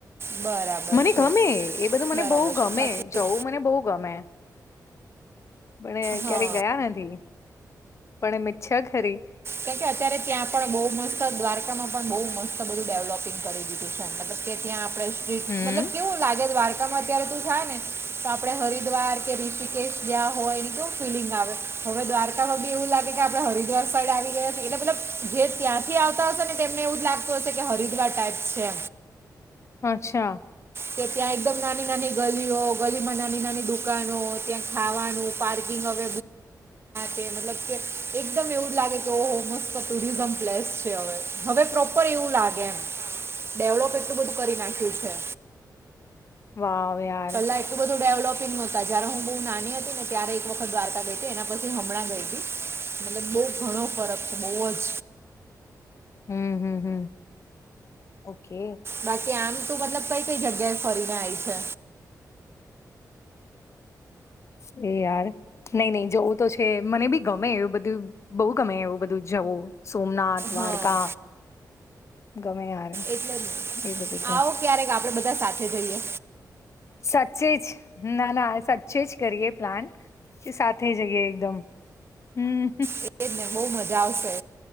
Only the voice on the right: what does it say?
બરાબર
છે
બરાબર
છે બાકી
હા
કેમકે અત્યારે ત્યાં પણ બહુ મસ્ત દ્વારકામાં પણ બહ મસ્ત બધું ડેવલોપિંગ કરીયુ છે ત્યાં આપડે
મતલબ કેવું લાગે દ્વારકામાં અત્યારે તો થા ને તો આપે હરિદ્વાર કે ઋષિકેશ ગ્યા હોય તો ફીલીંગ આવે હવે દ્વારકામાં બી એવું લાગે કે આપડે હરિદ્વાર સાઈડ આવી લે મતલબ જે ત્યાંથી આવતા હશે ને તેમને એવું જ લાગતું હશે કે હરિદ્વાર ટાઈપ છે
કે ત્યાં એકદમ નાની નાની ગલીઓ ગલીમાં નાની નાની દુકાનો ત્યાં ખાવાનું પાર્કિંગ <unintelligible> મ કે એકદમ એવું જ લાગે કે ઓ મસ્ત ટુરિઝમ પ્લેસ છે હવે પ્રો પ્રોપર એવું લાગે એમ ડેવલોપ એટલું બધું કરી નાખ્યું છે.
એટલ બધું ડેવલોપિંગ નતા જય્યારે હું બો નાની ને ત્યારે એક વખત દ્વારકા ગઈ હતી એના પછી હમણાં ગઈ હતી મતલબ બહુ ઘણો ફરક બહુ જ
બાકી આમ તું મતલબ કઈ કઈ જગ્યાએ ફરીને આવી છે?
હા
એટલે જ
આવો ક્યારેક આપડે બધા સાથે જઈએ.
એ જ ને બહુ મજા આવશે